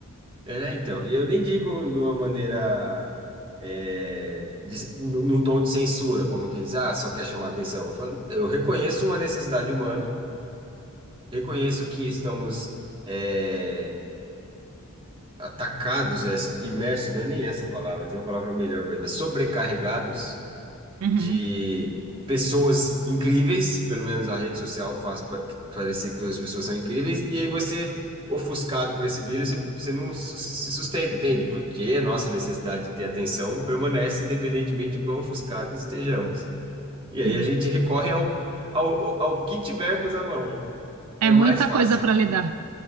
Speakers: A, on the right; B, on the right.
A: é, então, e eu nem digo numa maneira é, de, num num tom de censura, como quem diz, ah, só quer chamar atenção. Eu falo, eu reconheço uma necessidade humana, reconheço que estamos é, atacados, é, imersos, não é nem essa palavra, tem uma palavra melhor para isso, mas sobrecarregados
B: Uhum,
A: de pessoas incríveis, pelo menos a rede social faz pa- parecer que todas as pessoas são incríveis, e aí você, ofuscado por esse brilho, você, você não su- se sustenta, entende? Porque a nossa necessidade de ter atenção permanece independentemente de quão ofuscados estejamos. E
B: sim.
A: aí a gente recorre ao, ao, ao que tivermos à mão. É
B: É muita
A: mais fácil.
B: coisa pra lidar.